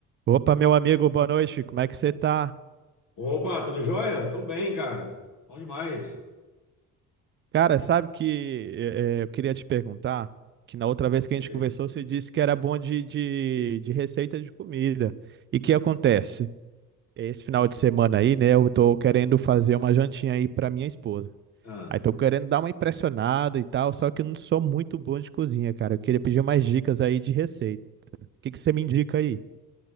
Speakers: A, on the right (about 25°); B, on the left (about 45°).
A: Opa, meu amigo, boa noite, como é que você tá?
B: Opa, tudo jóia? Tô bem, cara. Bom demais.
A: Cara, sabe que eh, eh, eu queria te perguntar, que na outra vez que a
B: Diga
A: gente conversou,
B: aí.
A: você disse que era bom de, de, de receita de comida. E que acontece? Esse final de semana aí, né, eu tô querendo fazer uma jantinha aí pra minha esposa.
B: Ah.
A: Aí tô querendo dar uma impressionada e tal, só que eu não sou muito bom de cozinha, cara. Eu queria pedir umas dicas aí de receita. O que que você me indica aí?